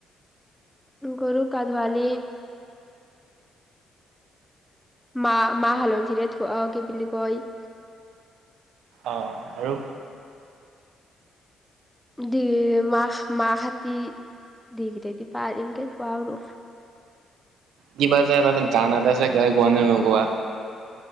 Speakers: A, in the centre; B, on the right.
A: গৰু গা ধুৱালে মা-মাহ হালধীৰে ধোৱা কি বুলি কয়
B: অ', আৰু?
A: দি মাহ-মাহতি, দিঘটতি পা এনকে ধোৱাও আৰু।
B: কিবা যে এটা যে গান এটা যে গাই গোৱা নে নোগোৱা?